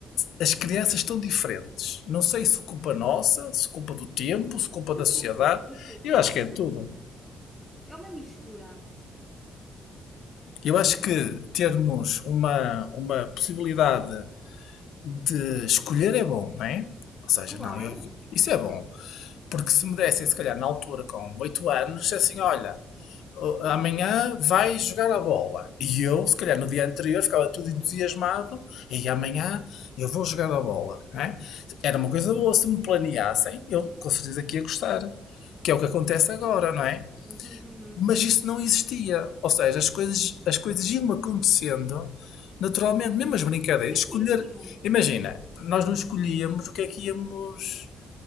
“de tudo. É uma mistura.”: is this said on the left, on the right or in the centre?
Centre